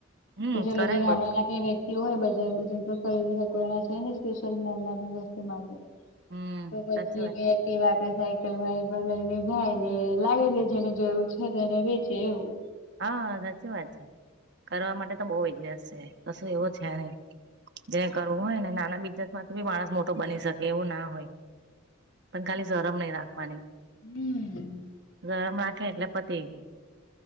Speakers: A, on the right; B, on the left.
A: હમ
B: ચલે
A: કરાય
B: જે ગામડા
A: બધું
B: ના જે. વ્યક્તિ એવું હોય બજારમાં જે તો ખરીદી નાકવાના છે ને સ્પેશિયલ મેનાની વસ્તુ માટે.
A: હમ
B: તો પછી
A: સાચી વાત
B: કઈક. એ વા કે સાયકલ વાની પર લઈને જાય ને લાગે છે જેને જરૂર છે તો એને વેચે એવું.
A: હા સાચી વાત છે કરવા માટે તો બહ બિઝનેસ છે કશું એવું છે નઈ. જેને કરવું હોય ને નાના બિઝનેસ માંથી બી માણસ મોટો બની શકે એવું ના હોય. પણ ખાલી શરમ નહી રાખવાની.
B: હમ.
A: શરમ રાખે એટલે પતી.